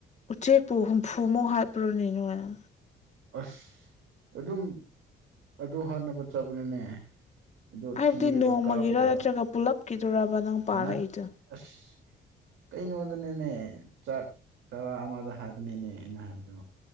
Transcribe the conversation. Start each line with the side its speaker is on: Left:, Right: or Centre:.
Left: ꯎꯆꯦꯛꯄꯨ ꯍꯨꯝꯐꯨꯃꯨꯛ ꯍꯥꯠꯄ꯭ꯔꯣꯅꯦꯅꯣꯏꯅ
Right: ꯑꯁ ꯑꯗꯨꯝ ꯑꯗꯨ ꯍꯥꯠꯅꯕ ꯆꯥꯕꯅꯤꯅꯦ ꯑꯗꯨ
Left: ꯍꯥꯏꯕꯗꯤ
Right: ꯊꯤꯔꯒ
Left: ꯅꯣꯡꯃꯒꯤꯔ
Right: ꯀꯥꯞꯄꯒ
Left: ꯅꯠꯇ꯭ꯔꯒ ꯄꯨꯂꯞꯀꯤꯗꯨꯔꯕ ꯅꯪ ꯄꯥꯔꯛꯏꯗꯣ
Right: ꯅꯠ ꯑꯁ ꯀꯩꯅꯣꯗꯅꯦꯅꯦ ꯆꯥꯛ ꯆꯔꯥ ꯑꯃꯗ ꯍꯥꯏꯕꯅꯦꯅꯦ ꯑꯩꯅ ꯍꯥꯏꯕꯗꯣ